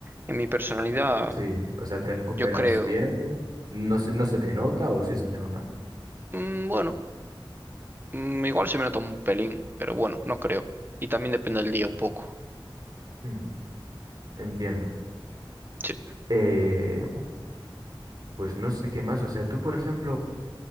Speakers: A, on the right (about 25°); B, on the right (about 45°).
A: en mi personalidad,
B: sí, o sea, te recuperas
A: yo creo.
B: bien, no, se- no se te nota o sí se te nota.
A: Mm, bueno, mm, igual se me nota un pelín, pero bueno, no creo. Y también depende del día un poco.
B: Mm. Entiendo.
A: Sí.
B: Eh, pues no sé qué más. O sea, tú, por ejemplo,